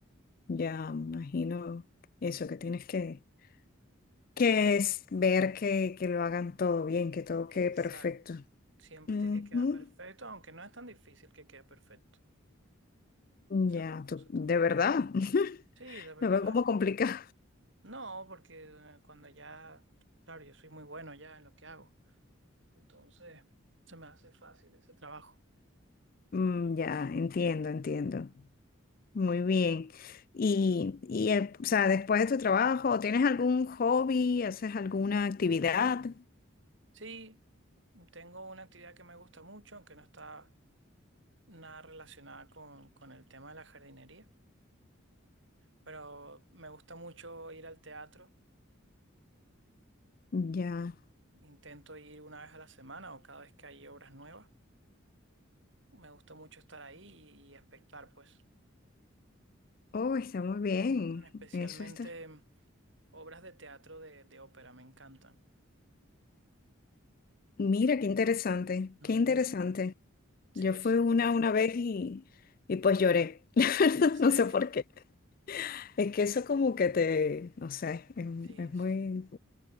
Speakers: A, on the left; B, on the right.
A: Ya imagino eso, que tienes que, que es ver que, que lo hagan todo bien, que todo
B: Exacto.
A: quede perfecto.
B: Siempre
A: Ujú.
B: tiene que quedar perfecto, aunque no es tan difícil que quede perfecto. Esa
A: Ya,
B: es la cosa
A: tú- de
B: también.
A: verdad. <laughs>
B: Sí, de verdad.
A: Lo veo como
B: eh.
A: complicado.
B: No, porque eh, cuando ya, claro, yo soy muy bueno ya en lo que hago. Entonces, se me hace fácil ese trabajo.
A: Mm, ya, entiendo, entiendo.
B: Mm.
A: Muy bien. Y, y eh, o sea, después de tu trabajo, ¿tienes algún hobby? ¿Haces alguna actividad?
B: Sí, tengo una actividad que me gusta mucho, aunque no está nada relacionada con, con el tema de la jardinería, pero me gusta mucho ir al teatro.
A: Ya.
B: Intento ir una vez a la semana o cada vez que hay obras nuevas. Me gusta mucho estar ahí y, y espectar, pues.
A: Oh, está muy bien.
B: Ujú. Especialmente
A: Eso está.
B: mm, obras de teatro de, de ópera, me encantan.
A: Mira, qué interesante,
B: Ujú.
A: qué interesante.
B: Sí,
A: Yo fui
B: sí,
A: una una vez y, y pues lloré. <laughs>
B: en serio.
A: No sé por qué. Es que eso como que te, no sé, es,
B: Sí,
A: es
B: sí.
A: muy,